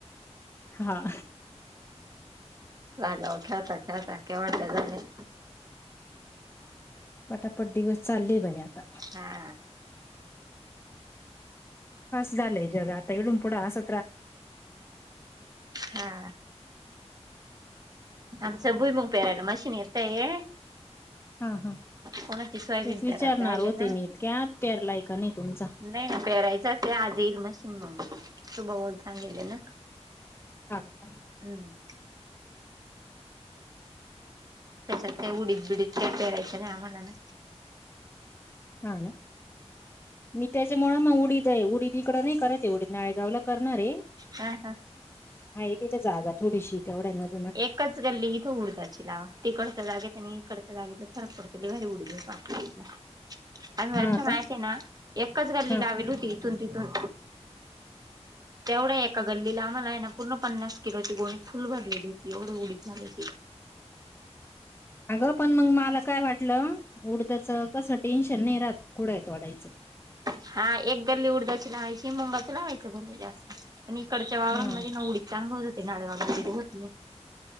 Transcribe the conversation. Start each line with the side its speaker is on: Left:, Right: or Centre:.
Left: हा
Right: राजगा खेळता खेळता केव्हाडल्या झालाय.
Left: पटापट दिवस चाले भाई आता
Right: हा
Left: हस झालंय जग आता एवढुन पुढं असं
Right: हा आमचा भुईमुंग प्यारायला मशीन येतय.
Left: हा हा तेच
Right: कोणाची सोयाबीन
Left: विचारणार
Right: पेरायला जायले
Left: होते
Right: ना
Left: मी इतक्यात प्यारलाय का नाही तुमचा
Right: नाही ना पेरायचाच आहे आज येईल मशीन मगून तु भवाला सांगीतले ना.
Left: हां
Right: हम्म त्याच्यात काय उडीत बिडीत काय पेरायचं नाही आम्हाला ना
Left: हा ना मी त्याच मुळा न उडी- य उडीद इकडं नाही करायच आहे उडीद नाळेगाव ला करणार आहे.
Right: हा हा
Left: हा तिथं जागा थोडीशी तेवढ्यान व
Right: एकच गल्ली हिथ उडदाची लाव तिकड तर जागेत त्यां इकडच्या जाग फरक पडत घारी उडी देऊन आपला आम्ही वरच्या
Left: हा
Right: माहती
Left: का
Right: आहे ना, एकाच गल्ली
Left: हा
Right: नावेल होती इतुन तीतून तेवढ्या एका गल्लीला आम्हाला आहे ना पूर्ण पन्नास किलो ची गोणी फुल भरलेली होती. एवढ उडीद झाले ति
Left: अगं पण मग मला काय वाटलं उडतच कसं टेन्शन नाही राहत कुडाय तोडायच
Right: हा एक गल्ली उडदाची लावायची मुंगाचं लावायचं भले जास्त आणि इकडच्या वावरांमध्येणजे
Left: हा
Right: नावडीत चांग होत होे नाळवाड वगैरे होत नाही.